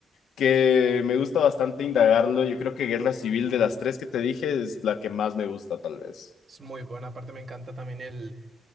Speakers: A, on the left; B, on the right.
A: que me gusta bastante indagarlo. Yo creo que Guerra Civil de las tres que te dije es la que más me gusta, tal vez.
B: es muy buena. Aparte me encanta también el,